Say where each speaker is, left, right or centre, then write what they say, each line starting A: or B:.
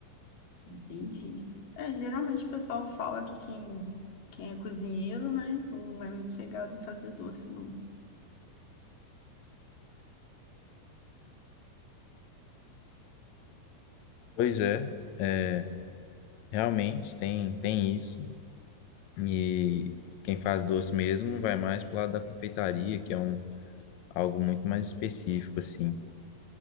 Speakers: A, on the left; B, on the left.
A: Entendi. É, geralmente o pessoal fala que quem, quem é cozinheiro, né, não é muito chegado em fazer doce, não.
B: Pois é, é, realmente tem, tem isso. E quem faz doce mesmo vai mais pro lado da confeitaria, que é um, algo muito mais específico, assim.